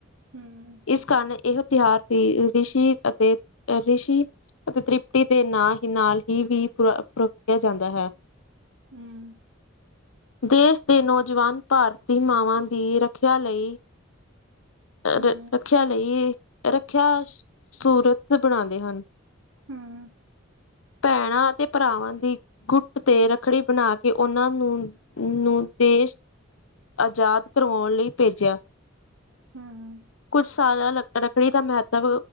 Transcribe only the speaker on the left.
ਇਸ ਕਾਰਨ ਇਹ ਤਿਉਹਾਰ ਰਿਸ਼ੀ ਅਤੇ ਰਿਸ਼ੀ ਅਤੇ ਤ੍ਰਿਪੀ ਦੇ ਨਾਲ ਨਾਲ ਹੀ ਵੀ ਪ ਪਕਿਆ ਜਾਂਦਾ ਹੈ।
ਦੇਸ ਦੇ ਨੌਜਵਾਨ, ਭਾਰਤੀ ਮਾਵਾਂ ਦੀ ਰੱਖਿਆ ਲਈ
ਰ ਰੱਖਿਆ ਲਈ ਰੱਖਿਆ ਸੂਰਤ ਬਣਾਉਂਦੇ ਹਨ।
ਭੈਣਾਂ ਅਤੇ ਭਰਾਵਾਂ ਦੀ ਗੁੱਟ ਤੇ ਰੱਖੜੀ ਬਣਾ ਕੇ, ਉਹਨਾਂ ਨੂੰ ਨੂੰ ਦੇਸ਼ ਆਜ਼ਾਦ ਕਰਵਾਉਣ ਲਈ ਭੇਜਿਆ।
ਕੁਛ ਸਾਲਾ ਰੱਖੜੀ ਦਾ ਮਹੱਤਵ,